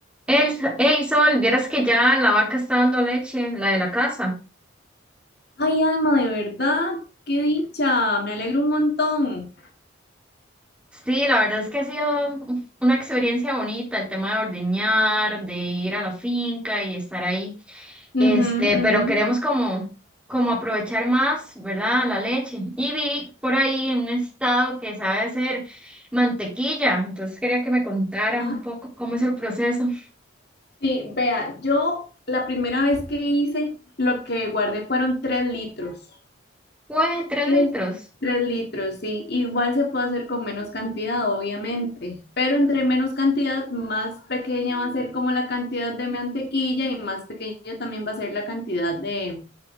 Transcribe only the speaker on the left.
Ay, Alma, de verdad, qué dicha, me alegro un montón.
Ujú,
ujú.
Ajá.
Sí, vea, yo la primera vez que hice, lo que guardé fueron tres litros.
Es-
Tres litros, sí. Igual se puede hacer con menos cantidad, obviamente, pero entre menos cantidad, más pequeña va a ser como la cantidad de mantequilla y más pequeña también va a ser la cantidad de,